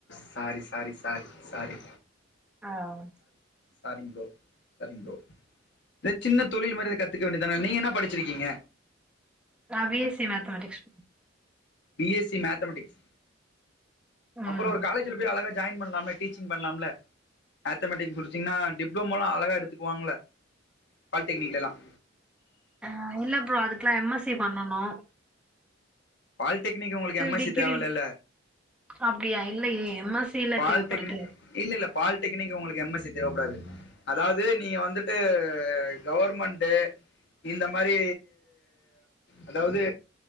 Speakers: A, on the left; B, in the centre.
A: சாரி சாரி ஸ் பேக் சாரி
B: ஆஹ்
A: சரிங்க ப்ரோ சரிங்க ப்ரோ சின்ன தொழில் மாரி கத்துக்க வேண்டியதான நீங்க என்ன படிச்சிருக்கீங்க
B: B S C mathematics
A: B S C mathematics
B: ம்
A: அப்புறம் ஒரு காலேஜ்ல போய் அழகாக ஜாயின் பண்ணலாம்ல டீச்சிங் பண்ணலாம்ல மேத்தமெட்டி முடிச்சிங்னா டிப்ளோமோலாம் அழகா எடுத்துக்குவாங்கள பாலிடெக்னிக்லல்லாம்
B: அஹ் இல்ல ப்ரோ அதுக்கெல்லாம் எம் எஸ் சி பண்ணனும்
A: பாலிடெக்னிக் உங்களுக்கு எம் எஸ்
B: டிகிரி
A: சி தேவையில்ல்ல
B: அப்டியா இல்லயே எம் எஸ் சி ல
A: பாலிடெக்னிக்
B: தேவப்படுது
A: இல்ல இல்ல பாலிடெக்னிக் உங்களுக்கு எம் எஸ் சி தேவைப்படாது அதாவது நீங்க வந்துட்டு கவர்மெண்ட் இந்த மாரி அதாவது